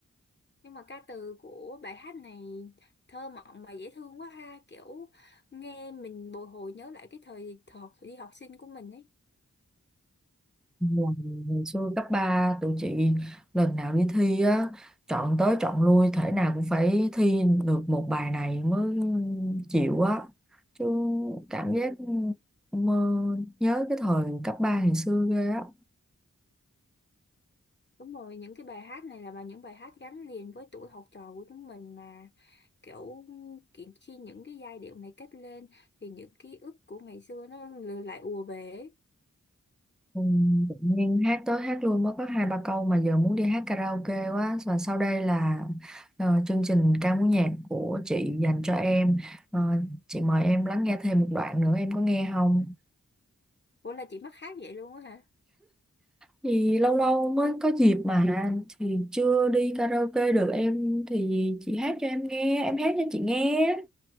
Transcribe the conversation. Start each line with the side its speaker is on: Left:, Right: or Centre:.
Left: Nhưng mà ca từ của bài hát này thơ mộng mà dễ thương quá ha, kiểu nghe mình bồi hồi nhớ lại cái thời thời đi học sinh của mình ấy.
Centre: là ngày xưa cấp 3 tụi chị lần nào đi thi á chọn tới chọn lui thể nào cũng phải thi được một bài này mới chịu á chứ cảm
Left: Ừ.
Centre: giác mơ nhớ cái thời cấp 3 ngày xưa ghê á
Left: Đúng rồi, những cái bài hát này là bài những bài hát gắn liền với tuổi học trò của chúng mình mà kiểu kiện khi những cái giai điệu này kết lên thì những ký ức của ngày xưa nó lừa- lại ùa về. ấy.
Centre: Ừ, tự nhiên hát tới hát luôn mới có hai ba câu mà giờ muốn đi hát karaoke quá và sau đây là ờ, chương trình ca múa nhạc của chị dành cho em Ờ, chị mời em lắng nghe thêm một đoạn nữa em có nghe không
Left: Ủa là chị mắc hát vậy luôn á hả?
Centre: thì lâu lâu mới có dịp mà thì chưa đi karaoke được em thì chị hát cho em nghe em hát cho chị nghe